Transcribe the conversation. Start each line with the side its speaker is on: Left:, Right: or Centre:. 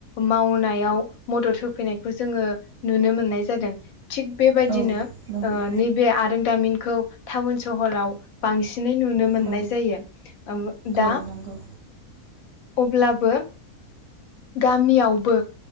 Left: मावनायाव मदद होफैनायखौ जोङो नुनो मोननाय जादों। थिग बेबायदिनो
Right: औ नंगौ
Left: ओ नैबे आरोंदामिन खौ टाउन सहराव बांसिन नै नुनो मोननाय
Right: औ
Left: जायो। दा
Right: औ नंगौ
Left: अब्लाबो गामियावबो